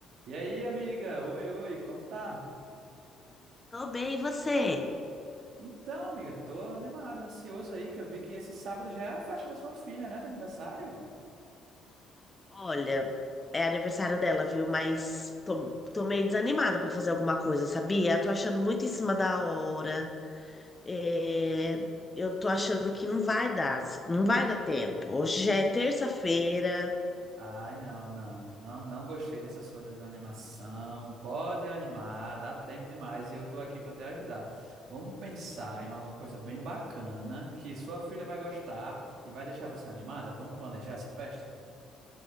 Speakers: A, on the right; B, on the left.
A: E aí, amiga? Oi, oi, como tá?
B: Tô bem, e você?
A: Então, amiga, tô animado, ansioso aí, que eu vi que esse sábado já é a festa da sua filha, né, de aniversário?
B: Olha, é aniversário dela, viu? Mas tô, tô meio desanimada pra fazer alguma coisa, sabia? Tô achando muito em cima da hora. É, Eu tô achando que não vai dar, não vai dar tempo. Hoje já é terça-feira.
A: Ai, não, não, não, não gostei dessa sua desanimação. Pode animar, dá tempo demais e eu tô aqui pra te ajudar. Vamos pensar em alguma coisa bem bacana que sua filha vai gostar e vai deixar você animada? Vamos planejar essa festa?